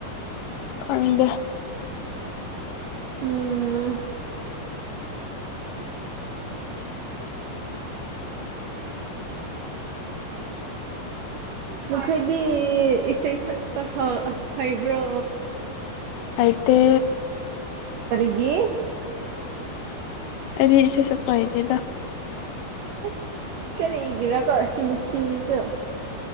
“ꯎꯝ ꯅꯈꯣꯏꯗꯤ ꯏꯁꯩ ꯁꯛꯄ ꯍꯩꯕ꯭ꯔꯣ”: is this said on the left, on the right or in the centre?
Right